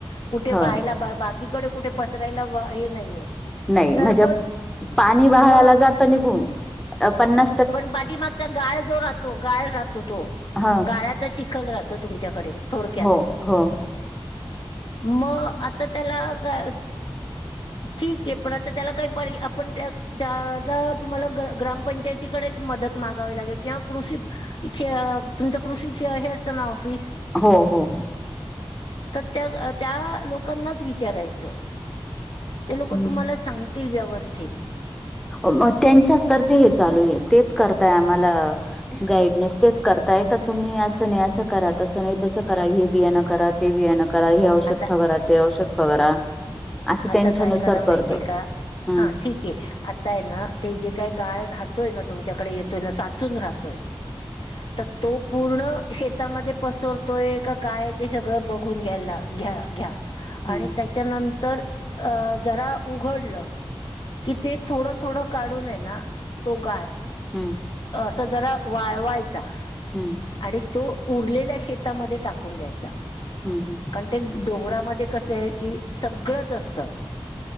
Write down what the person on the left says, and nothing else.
कुठे
वहायला, बाकीकडे कुठे पसरायला व हे नाहीये.
तर
मग
मग
पण पाठीमागचा गाळ जो राहतो गाळ राहतो तो
गाळ्याचा चिखल राहतो तुमच्याकडे थोडक्यात
मग आता त्याला का ठीक आहे, पण आता त्याला काही पर्या आपण त्या त्याला तुम्हाला ग ग्रामपंचायतीकडेच मदत मागावी लागेल किंवा कृषी इ तुमच्या कृषीची हे असेल ना ऑफिस
तर त्या, त्या लोकांनाच विचारायचं ते
लोक तुम्हाला सांगतील व्यवस्थित
आता
आता
काय करा माहिती
ये का,
हा ठीक ते आता आहे ना, ते जे काही गाळ राहतोय ना तु तुमच्याकडे येतोय ना साचून राहतोय तर तो पूर्ण शेतामध्ये पसरतोय का काय, ते सगळं बघून घ्यायला घ्या घ्या
आणि त्याच्यानंतर अ जरा उघडलं, की ते थोडं थोडं काढून आहे ना तो गाळ
असं जरा वाळवायचा
आणि तो उरलेल्या शेतामध्ये टाकून द्यायचा.
कारण ते डोंगरामध्ये कसं आहे की, सगळंच असतं